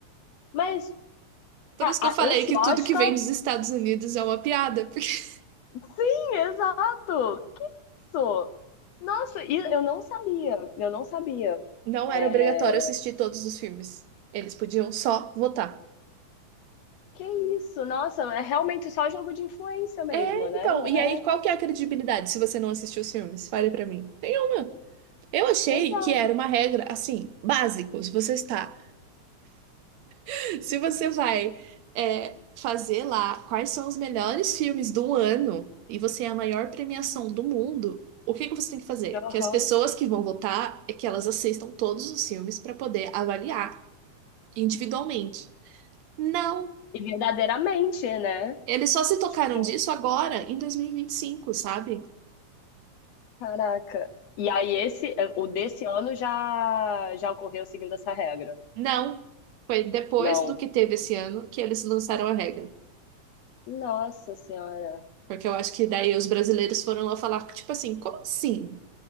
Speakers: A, on the left; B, on the right.
A: Mas
B: Por
A: ca-
B: isso
A: ah,
B: que eu falei
A: esse
B: que
A: Oscar?
B: tudo que vem dos Estados Unidos é uma piada. <laughs>
A: Sim, exato! Que isso? Nossa, e eu não sabia. Eu não sabia.
B: Não
A: É...
B: era obrigatório assistir todos os filmes. Eles podiam só votar.
A: Que isso? Nossa, é realmente só jogo de influência mesmo,
B: É,
A: né?
B: então,
A: Não
B: e
A: é?
B: aí qual que é a credibilidade se você não assistiu os filmes? Fale pra mim. Nenhuma. Eu achei
A: Exato.
B: que era uma regra, assim, básico. Se você está, <laughs> se você vai é, fazer lá quais são os melhores filmes do ano e você é a maior premiação do mundo, o que que você tem que fazer?
A: Aham.
B: Que as pessoas que vão votar é que elas assistam todos os filmes para poder avaliar individualmente. Não.
A: E verdadeiramente, né?
B: Eles só se tocaram
A: Sim.
B: disso agora, em dois mil e e vinte e cinco, sabe?
A: Caraca. E aí esse, eh, o desse ano já já ocorreu seguindo essa regra.
B: Não. Foi depois
A: Não.
B: do que teve esse ano que eles lançaram a regra.
A: Nossa Senhora.
B: Porque eu acho que daí os brasileiros foram lá falar, tipo assim, como assim?